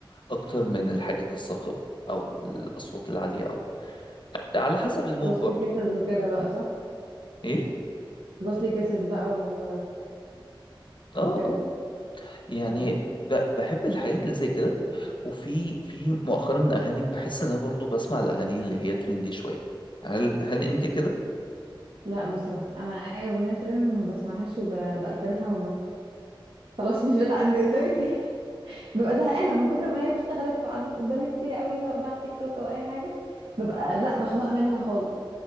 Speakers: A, on the left; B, on the right.
A: اكتر من الحاجات الصاخبه او الاصوات العاليه او على حسب المود
B: جوستلي
A: برضو
B: كيسز وكده بقى صح
A: ايه
B: جوستلي كيسز بقى و...
A: اه
B: وكده
A: آه. يعني
B: مم.
A: ب- بحب الحاجات اللي زي كده وفي في مؤخرا اغاني بحس ان انا برضو بسمع الاغاني اللي هي ترندي شويه هل هل انت كده
B: لا بصراحه انا اي اغنيه ترند ما بسمعهاش وبقفلها خلاص مش بتعدي قدامي تاني <laughs> ببقى زهقانه من كتر ما هي اشتغلت وقعدت قدامي كتير قوي سواء بقى على تيك توك او اي حاجه ببقى لا مخنوقه منها خالص